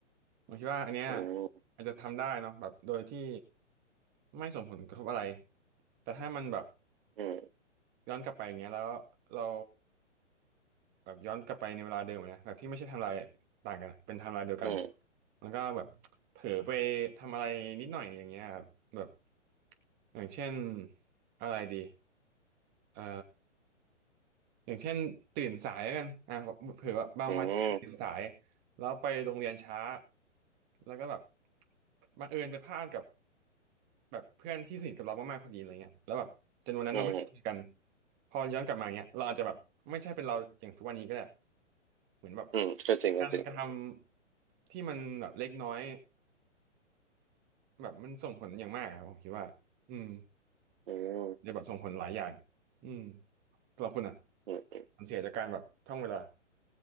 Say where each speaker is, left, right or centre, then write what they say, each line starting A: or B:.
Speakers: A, on the right; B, on the right.
A: ผมคิดว่าอันเนี้ย
B: อืม
A: อาจจะทำได้เนาะแบบโดยที่ไม่ส่งผลกระทบอะไรแต่ถ้ามันแบบ
B: อืม
A: ย้อนกลับไปอย่างเงี้ยแล้วเรา แบบย้อนกลับไปในเวลาเดิมอะนะแบบที่ไม่ใช่ไทำลายต่างกันอะเป็นไทำลายเดียวกัน
B: อืม
A: แล้วก็แบบเผลอไปทำอะไรนิดหน่อยอย่างเงี้ยครับแบบอย่างเช่นอะไรดีเอ่ออย่างเช่นตื่นสายแล้วกันอ่ะเผื่อว่าบางวันตื่นสาย
B: อืม
A: แล้วไปโรงเรียนช้าแล้วก็แบบบังเอิญไปพลาดกับ แบบเพื่อนที่สนิทกับเรามากๆคนนี้อะไรเงี้ยแล้วแบบจำนวนนั้นเราไม่ได้คุยกัน
B: อืม
A: พอย้อนกลับมาเงี้ยเราอาจจะแบบไม่ใช่เป็นเราอย่างทุกวันนี้ก็ได้เหมือนแบบ
B: อืมก็จริงก็จริง
A: การกระทำที่มันแบบเล็กน้อยแบบมันส่งผลอย่างมากอะครับผมคิดว่าอืม
B: อืม
A: จะแบบส่งผลหลายอย่างอืมสำหรับคุณอ่ะ
B: อืม
A: ความเสียจากการแบบท่องเวลา